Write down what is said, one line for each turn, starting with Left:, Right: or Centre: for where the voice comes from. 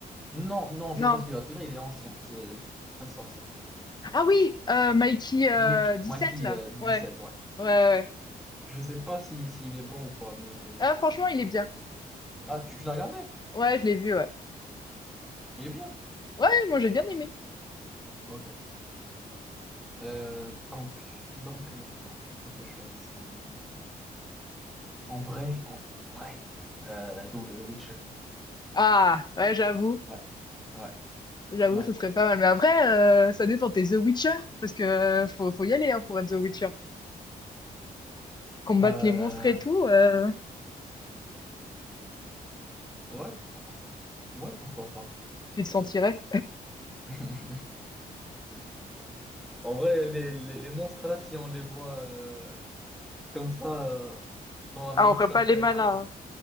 Centre: Non, non,
Left: Non.
Centre: c'est pas celui-là. Celui-là, il est ancien. C'est le un sorcier.
Left: Ah oui, euh, Mikey euh,
Centre: Mick,
Left: sept
Centre: Mikey
Left: là.
Centre: euh,
Left: Ouais,
Centre: sept ouais.
Left: ouais, ouais.
Centre: Je sais pas si, s'il est bon ou pas, mais.
Left: Ah, franchement, il est bien.
Centre: Ah, tu, tu l'as regardé?
Left: Ouais, je l'ai vu, ouais.
Centre: Il est bien.
Left: Ouais, moi, j'ai bien aimé.
Centre: Ok. Euh, donc, donc, donc, donc, il faut que je choisisse en, en vrai, en vrai. Euh, The, The Witcher.
Left: Ah, ouais, j'avoue.
Centre: Ouais. Ouais.
Left: J'avoue,
Centre: Ouais.
Left: ce serait pas mal. Mais après, euh, ça dépend. T'es The Witcher, parce que euh, faut, faut y aller hein, pour être The Witcher. Combattre
Centre: Euh,
Left: les monstres et tout, euh,
Centre: ouais. Ouais, pourquoi pas.
Left: tu te sentirais.
Centre: <laughs> En vrai, les, les, les monstres là, si on les voit euh, comme ça, euh, dans la
Left: Ah,
Centre: vraie
Left: on
Centre: vie,
Left: ferait
Centre: ça
Left: pas
Centre: peut
Left: les
Centre: être.
Left: malins. hein.